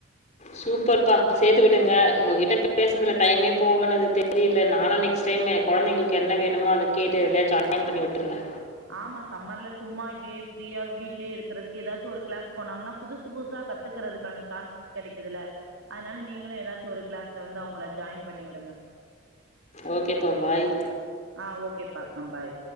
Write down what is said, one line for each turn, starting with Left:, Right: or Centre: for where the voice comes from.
Left: சூப்பரப்பா சேர்த்து விடுங்க உங்ககிட்ட பேசதுல டைமே போகணுது தெரியல நானும் நெக்ஸ்ட் டைம் குழந்தைங்களுக்கு என்ன வேணுமோ அதை கேட்டுதுலயே ஜாயின் பண்ணி விட்டுருங்க
Right: ஆமா சம்மர்ல சும்மா இப்படியே ஃப்ரீயா வீட்லயே இருக்கறதுக்கு ஏதாச்சும் ஒரு கிளாஸ் போனாங்கன்னா புதுசு புதுசா கத்துக்கறதுக்கான சான்சஸ் கிடைக்குதுல்ல அதனால நீங்களும் ஏதாச்சும் ஒரு கிளாஸ்ல வந்து அவங்கள ஜாயின் பண்ணி விடுங்க
Left: ஓகே ப பாய்
Right: ஆஹ் ஓகே பாக்லாம் பாய்